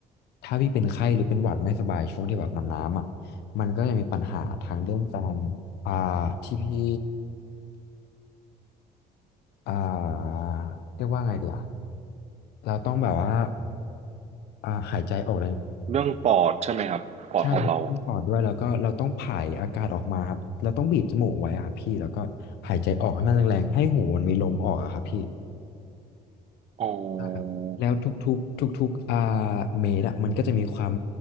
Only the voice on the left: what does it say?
ถ้าพี่เป็นไข้หรือเป็นหวัดไม่สบายช่วงที่แบบดำน้ำอ่ะ มันก็ยังมีปัญหาทางเรื่องการอ่าที่พี่อ่าเรียกว่าไงเดียวเราต้องแบบว่าอ่าหายใจออกแรง
ใช่ครับท่ปอดด้วยแล้วก็เราต้องผายอากาศออกมาครับเราต้องบีบจมูกไว้อะครับพี่แล้วก็หายใจออกให้มันแรงๆให้หูมันมีลมออกอะครับพี่
ครับแล้วทุกๆทุกๆอ่าเมตรอะมันก็จะมีความ